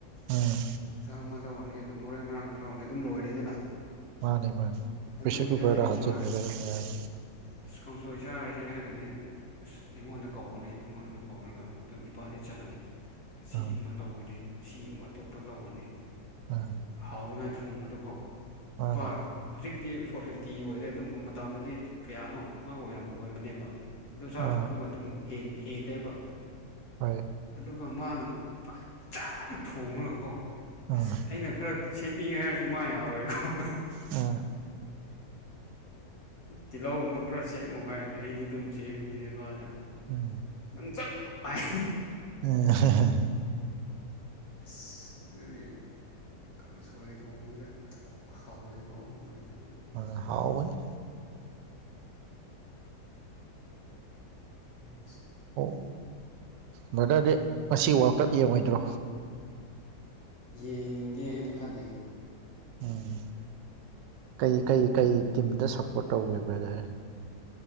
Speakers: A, on the right; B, on the left.
A: ꯎꯝ
B: ꯑꯣꯛꯁꯥ ꯑꯃ ꯂꯧꯔꯅꯤ ꯑꯗꯨꯝ ꯃꯔꯣꯏ ꯃꯔꯥꯡ ꯈꯔ ꯂꯧꯔꯅꯤ ꯑꯗꯨꯝ ꯂꯣꯏꯔꯦꯗꯅ
A: ꯃꯥꯅꯦ ꯃꯥꯅꯦ ꯄ꯭ꯔꯦꯁꯔ
B: ꯑꯗꯨꯒꯤ
A: ꯀꯨꯀꯔꯗ
B: ꯅꯠꯇꯦꯕ
A: ꯍꯥꯥꯆꯤꯡ
B: ꯃꯥꯅ
A: ꯐꯦꯒꯔꯌꯥꯝ
B: ꯑꯁ ꯀꯥꯡꯁꯣꯏ ꯆꯥꯔꯁꯦ ꯍꯥꯏꯅꯗꯤ ꯑꯁ ꯑꯩꯉꯣꯟꯗ ꯀꯧꯕꯅꯦ ꯑꯩꯉꯣꯟꯗ ꯀꯧꯔꯒ ꯑꯗꯨꯝ ꯏꯕꯥꯗꯤ ꯆꯠꯂꯅꯤ ꯑꯁꯤꯒꯨꯝꯕ
A: ꯑꯥ
B: ꯂꯧꯒꯅꯤ ꯑꯁꯤꯒꯨꯝꯕ ꯑꯇꯣꯞꯄ ꯂꯧꯔꯅꯤ
A: ꯑꯥ
B: ꯍꯥꯎꯅꯤꯉꯥꯏ ꯊꯣꯡꯕꯗꯀꯣ
A: ꯃꯥꯅꯤ
B: ꯂꯨꯄꯥ ꯍꯧꯖꯤꯛꯇꯤ ꯐꯣꯔ ꯐꯤꯐꯇꯤ ꯇꯤ ꯑꯣꯏꯔꯦ ꯑꯗꯨꯝ ꯃꯇꯝꯗꯗꯤ ꯀꯌꯥꯅꯣ ꯑꯃ ꯑꯣꯏꯔꯝ ꯑꯣꯏꯕꯅꯦꯕ ꯑꯗꯨꯣ ꯆꯥꯛ
A: ꯑꯥ
B: ꯊꯣꯡꯕꯒ ꯑꯗꯨꯝ ꯍꯦꯟ ꯍꯦꯜꯂꯦꯕ
A: ꯍꯣꯏ
B: ꯑꯗꯨꯒ ꯃꯥꯅ ꯐꯠꯖꯅ ꯊꯣꯡꯉꯒꯀꯣ
A: ꯑꯥ
B: ꯑꯁ ꯑꯩꯅ ꯈꯔ ꯁꯦꯝꯕꯤꯒꯦ ꯍꯥꯏꯔꯁꯨ ꯃꯥ ꯌꯥꯔꯣꯏꯀꯣ
A: ꯑꯝ
B: ꯇꯤꯜꯍꯧꯒꯨꯝꯕ ꯈꯔ ꯁꯦꯝꯃꯨꯕ ꯍꯥꯏꯗ ꯑꯩꯗꯤ ꯑꯗꯨꯝ ꯁꯦꯝꯕꯅꯦ ꯃꯥꯅ
A: ꯎꯝ
B: ꯆꯞ ꯃꯥꯟꯅ ꯄꯥꯏ
A: ꯎꯝ ꯑꯍꯍꯍꯝ
B: ꯑꯁ ꯑꯗꯨꯗꯤ ꯀꯥꯡꯁꯣꯏ ꯊꯣꯡꯕꯖꯦ ꯑꯗꯨꯝ ꯍꯥꯎꯋꯦ ꯀꯣ ꯃꯣꯏꯅ
A: ꯑ ꯍꯥꯎꯕꯅꯤ
B: ꯎꯝ
A: ꯑꯣ ꯕ꯭ꯔꯗꯔꯗꯤ ꯉꯁꯤ ꯋꯥꯔꯗꯀꯞ ꯌꯦꯡꯉꯣꯏꯗ꯭ꯔꯣ
B: ꯌꯦꯡꯒꯦ ꯍꯥꯏꯅ ꯈꯜꯂꯦ
A: ꯎꯝ ꯀꯩ ꯀꯩ ꯀꯩ ꯇꯤꯝꯗ ꯁꯞꯄꯣꯔꯠ ꯇꯧꯒꯦ ꯕ꯭ꯔꯗꯔ